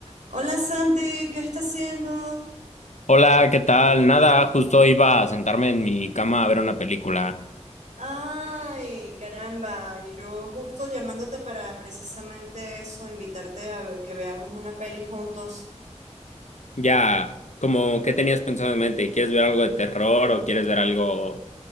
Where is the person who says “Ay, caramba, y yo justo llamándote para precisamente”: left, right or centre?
Right